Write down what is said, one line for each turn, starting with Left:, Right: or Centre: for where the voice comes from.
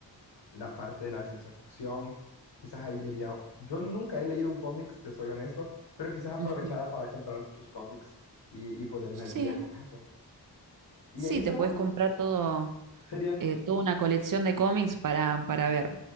Left: la parte de la ciencia ficción. Quizás ahí me iría. Yo nunca he leído un cómics, te soy honesto, pero quizás aprovechara
Right: Ujú.
Left: para comprar muchos cómics y, y ponerme
Right: Sí,
Left: al día con eso. Y
Right: sí,
Left: ahí se
Right: te
Left: van,
Right: puedes comprar todo,
Left: serían
Right: eh, toda una colección de cómics para, para ver.